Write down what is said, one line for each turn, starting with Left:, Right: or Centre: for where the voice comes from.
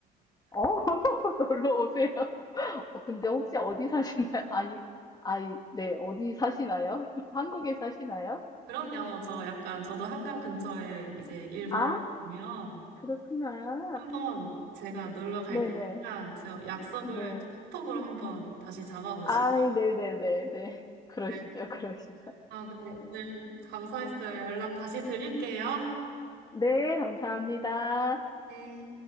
Left: 어, <laughs> 놀러 오세요. <laughs> 어, 근데 혹시 어디 사시나요? 아이, 아이, 네, 어디 사시나요? <laughs> 한국에 사시나요?
Right: 그럼요. 저 약간 저도 한강 근처에 이제 일 벌어보면
Left: 아, 그렇구나.
Right: 한 번 제가 놀러 갈
Left: 네네,
Right: 테니까
Left: 네.
Right: 저 약속을
Left: 네.
Right: 카톡으로 한번 다시 잡아보시죠.
Left: 아이, 네네네네. 그러시죠,
Right: 네.
Left: 그러시죠.
Right: 아, 네. 오늘 감사했어요. 연락 다시 드릴게요.
Left: 네, 감사합니다.
Right: 네.